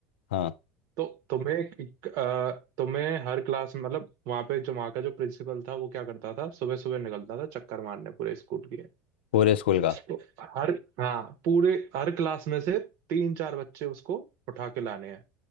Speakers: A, on the left (about 85°); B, on the right (about 60°).
A: हाँ
B: तो तुम्हें एक- अ, तुम्हें हर क्लास में मतलब वहाँ पे जो वहाँ का जो प्रिंसिपल था वो क्या करता था सुबह सुबह निकलता था चक्कर मारने पूरे स्कूल के
A: पूरे स्कूल का
B: तो हर हाँ पूरे हर क्लास में से तीन चार बच्चे उसको उठा के लाने हैं